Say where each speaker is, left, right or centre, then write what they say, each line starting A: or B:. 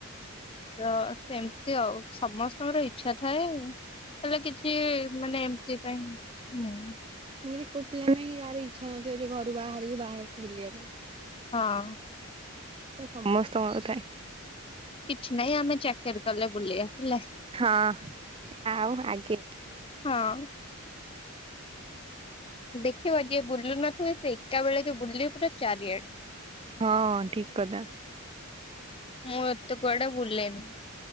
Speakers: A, on the left (about 25°); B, on the right (about 25°).
A: ତ ସେମିତି ଆଉ ସମସ୍ତଙ୍କର ଇଚ୍ଛା ଥାଏ। ହେଲେ କିଛି ମାନେ ଏମତି ପାଇଁ ହୁଁ
B: ଖୁରି କହୁଥିଲେ ନାଁ ୟାର ଇଛାନଥିବ ଯେ ଘରୁ ବାହାରିକି ବାହାରକୁ ବୁଲିବା ପାଇଁ
A: ହଁ।
B: ସମସ୍ତଙ୍କର ଥାଏ।
A: କିଛି ନାଇଁ ଆମେ ଚାକେରି କଲେ ବୁଲିବା ହେଲା?
B: ହଁ ଆଉ ଆଗେ
A: ହଁ। ଦେଖିବ ଯିଏ ବୁଲୁ ନଥିବେ ସେ ଏକା ବେଳେକେ ବୁଲିବେ ପୁରା ଚାରିଆଡେ।
B: ହଁ ଠିକ୍ କଥା।
A: ମୁଁ ଏତେ କୁଆଡେ ବୁଲେନି।